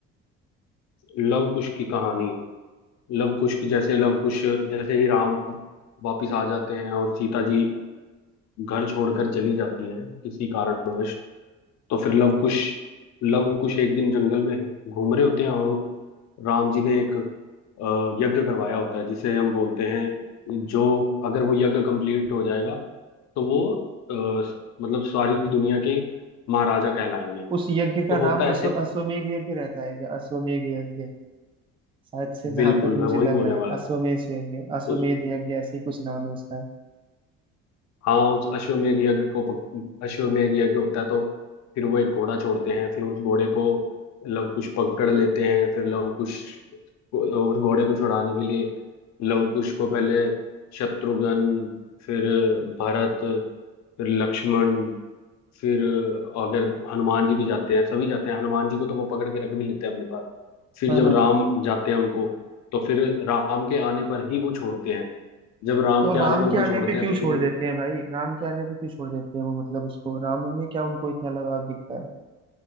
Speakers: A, on the left; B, on the right.
A: लव कुश की कहानी लव कुश की जैसे लव कुश जैसे ही राम वापिस आ जाते हैं और सीता जी घर छोड़कर चली जाती हैं किसी कारणवश तो फिर लव कुश लव कुश एक दिन जंगल में घूम रहे होते हैं और राम जी ने एक अ, यज्ञ करवाया होता है जिसे हम बोलते हैं जो अगर वो यज्ञ कंप्लीट हो जाएगा तो वो अ, स- मतलब सारी दुनिया के महाराजा कहलाएंगे
B: उस यज्ञ का
A: तो
B: नाम
A: होता
B: अश्व
A: ऐसे
B: अश्वमेघ यज्ञ रहता है क्या अश्वमेघ यज्ञ शायद से जहां
A: बिल्कुल
B: तक मुझे
A: मैं वही
B: लग
A: बोलने
B: रहा है
A: वाला
B: अश्वमेध
A: था
B: यज्ञ अश्वमेध
A: उस
B: यज्ञ ऐसे ही कुछ नाम है उसका
A: हाँ उस अश्वमेध यज्ञ को पक- अश्वमेध यज्ञ होता है तो फिर वो एक घोड़ा छोड़ते हैं फिर उस घोड़े को लवकुश पकड़ लेते हैं फिर लवकुश को- उस घोड़े को छुड़ाने के लिए लवकुश को पहले शत्रुघ्न फिर भरत फिर लक्ष्मण फिर अगर हनुमान जी भी जाते हैं सभी जाते हैं हनुमान जी को तो वो पकड़ के रख भी लेते हैं अपने पास फिर
B: हाँ
A: जब
B: हाँ
A: राम जाते हैं उनको तो फिर राम के आने पर ही वो छोड़ते हैं जब राम
B: तो
A: के आने
B: राम
A: पर
B: के आने
A: वो छोड़ते
B: पे क्यों
A: हैं तो फिर
B: छोड़ देते हैं भाई राम के आने पे क्यों छोड़ देते हैं वो मतलब उसको राम में क्या उनको इतना लगाव दिखता